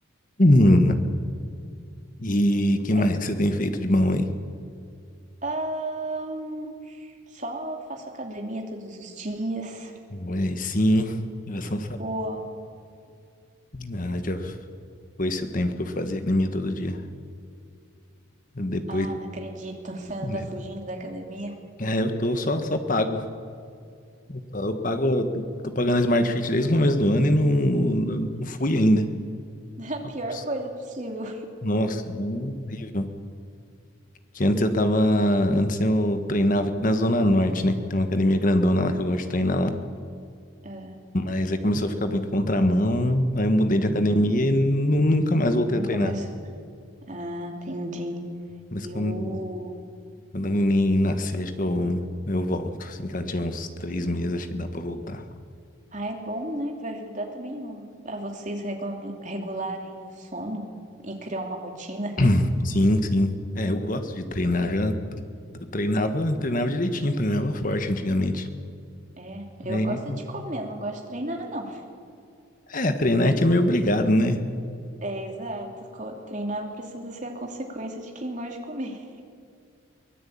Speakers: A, on the left; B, on the right.
A: Hum, E que
B: Oi?
A: mais que você tem feito de bom aí?
B: Ahn, só faço academia todos os dias.
A: Olha aí sim, geração
B: Pô,
A: Ah, já foi esse o tempo que eu fazia academia todo dia. Depois,
B: ah, não acredito, você anda
A: né?
B: fugindo da academia.
A: é, eu tô só, só pago. Eu, só- eu pago, eu tô, tô pagando a Smart Fit desde o começo do ano e não, não, não fui ainda.
B: É a pior
A: Ops.
B: coisa possível.
A: Nossa, é horrível. Que antes eu tava, antes eu treinava aqui na Zona Norte, né? Tem uma academia grandona lá que eu gosto de treinar lá.
B: Ah,
A: Mas aí começou a ficar muito contramão, aí eu mudei de academia
B: hum,
A: e nu- nunca mais voltei
B: nunca
A: a treinar.
B: mais. Ah, entendi.
A: Mas
B: Eu.
A: quando Quando a neném nascer, acho que eu, eu volto. Assim que ela tiver uns três meses, acho que dá pra voltar.
B: Ah, é bom, né? Vai ajudar também o- a vocês regu- regularem o sono e criar uma rotina.
A: <clears throat> Sim, sim. É, eu gosto de treinar. Já t- t- treinava, treinava direitinho, treinava forte antigamente.
B: É, eu
A: Aí,
B: gosto de comer, não gosto de treinar, não.
A: é, treinar a gente é meio obrigado, né?
B: É, exato. Co- Treinar precisa ser a consequência de quem gosta de comer.